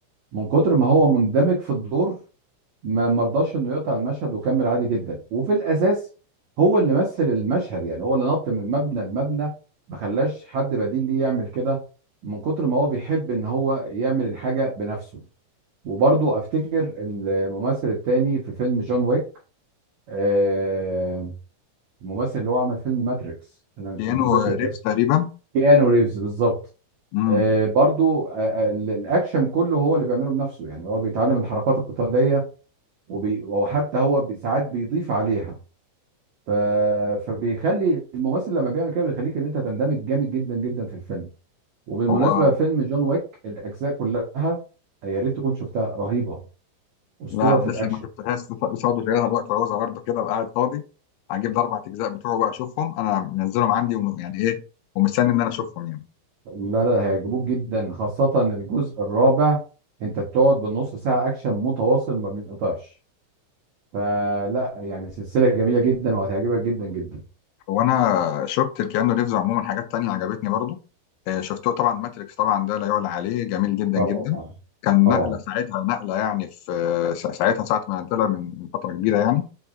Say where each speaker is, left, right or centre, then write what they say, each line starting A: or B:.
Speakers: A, on the right; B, on the left.
A: من كتر ما هو مندمج في الدور ما مرضاش انه يقطع المشهد وكمل عادي جدا وفي الاساس هو اللي مثل المشهد يعني هو اللي نط من مبنى لمبنى ما خلاش حد بديل ليه يعمل كده من كتر ما هو بيحب ان هو يعمل الحاجه بنفسه وبرضه افتكر الممثل التاني في فيلم جون ويك آه الممثل اللي هو عمل فيلم ماتريكس انا مش
B: كأنه
A: متذكر الاسم
B: ريبس تقريبا
A: كيانو ريفز بالظبط
B: امم
A: آه برضه آه آه، الاكشن كله هو اللي بيعمله بنفسه يعني هو بيتعلم الحركات القتاليه وبي... وحتى هو بي- ساعات بيضيف عليها ف... فبيخلي الممثل لما بيعمل كده بيخليك ان انت تندمج جامد جدا جدا في الفيلم وبالمناسبه
B: هو
A: فيلم جون ويك الاجزاء كلها يا ريت تكون شفتها رهيبه اسطوره
B: لا
A: في الاكشن
B: لسه ما شفتهاش لسه برضه شغالها دلوقتي وعاوزها برضه كده أبقى قاعد فاضي هجيب الاربع اجزاء بتوعه بقى اشوفهم انا منزلهم عندي وم... يعني ايه ومستني ان انا اشوفهم يعني
A: لا لا هيعجبوك جدا خاصه الجزء الرابع انت بتقعد بالنص ساعه اكشن متواصل ما بينقطعش فلا يعني سلسله جميله جدا وهتعجبك جدا جدا
B: هو انا شفت الكيانو ريفز عموما حاجات تانية عجبتني برضه آه، شفته طبعا ماتريكس طبعا ده لا يعلى عليه جميل جدا
A: طبعا
B: جدا كان
A: طبعا
B: نقله ساعتها نقله يعني في آه، سا- ساعتها ساعه ما نزلها من من فتره كبيره يعني